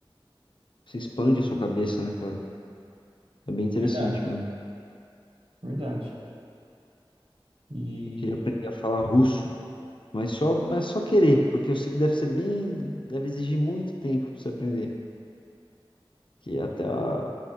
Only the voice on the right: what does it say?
Verdade,
verdade. E.